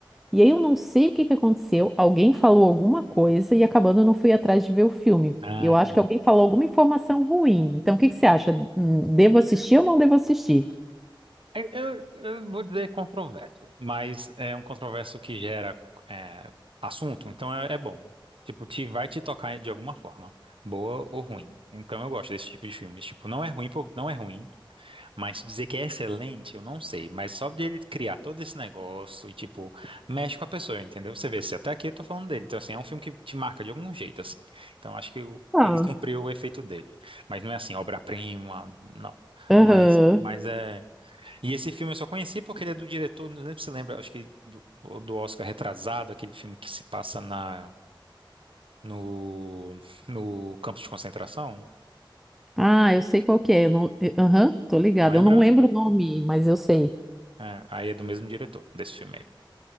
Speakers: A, in the centre; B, on the right.
A: E aí eu não sei o que que aconteceu, alguém falou alguma coisa e acabando eu não fui atrás de ver o filme.
B: Ah,
A: Eu
B: entendi.
A: acho que alguém falou alguma informação ruim. Então o que que você acha? Hum, Devo assistir ou não devo assistir?
B: É, Eu, eu vou dizer controverso, mas é um controverso que gera é, assunto, então é, é bom. Tipo, te, vai te tocar de alguma forma, boa ou ruim. Então eu gosto desse tipo de filmes. Tipo, não é ruim, por- não é ruim. Mas dizer que é excelente, eu não sei. Mas só de ele criar todo esse negócio e, tipo, mexe com a pessoa, entendeu? Você vê, se até aqui eu tô falando dele. Então, assim, é um filme que te marca de algum jeito, assim. Então, acho que o-
A: Ah,
B: ele cumpriu o efeito dele. Mas não é assim, obra-prima, não.
A: Aham.
B: Mas, mas é. E esse filme eu só conheci porque ele é do diretor, não lembro se lembra, acho que do, do Oscar Retrasado, aquele filme que se passa na, no, no campo de concentração.
A: Ah, eu sei qual que é. eu não- eu- Aham, tô ligada.
B: Lembra?
A: Eu não lembro o nome, mas eu sei.
B: É, aí é do mesmo diretor desse filme aí.